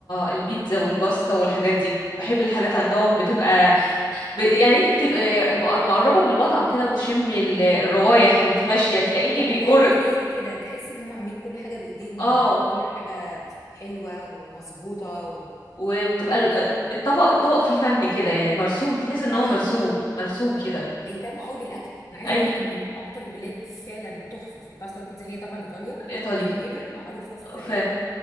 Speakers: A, on the left; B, on the left.
A: البيتزا والباستا والحاجات دي بحب الحاجات
B: صح
A: عندهم بتبقى ب... يعني انت بتبقى مق- مقربه من المطعم كده وتشمي ال- الروايح
B: صح
A: وانت ماشيه تلاقيكي
B: لا
A: بيجرك
B: وهاند ميد كده تحس ان هم عاملين كل حاجه بايديهم
A: اه
B: وكل حاجه حلوه ومظبوطه و...
A: وبتبقى
B: يعني
A: ال- الطبق الطبق فيه فن كده يعني مرسوم تحس ان
B: صح
A: هو مرسوم مرسوم كده
B: بيهتموا قوي بالاكل انا عايزه
A: ايوه
B: اقول لك ان من اكتر البلاد فعلا تحفه في الباستا والبيتزا هي طبعا ايطاليا
A: ايطاليا
B: والجبن معروفه في
A: ف